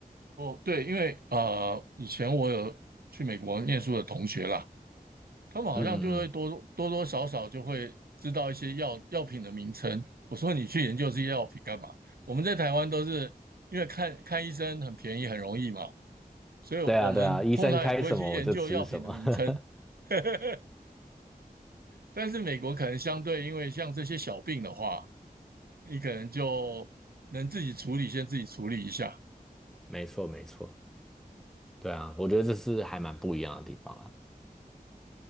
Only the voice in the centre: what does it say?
嗯嗯
对啊，对啊，医生开什么我就吃什么。<laughs>
没错，没错，对啊，我觉得这是还蛮不一样的地方啊。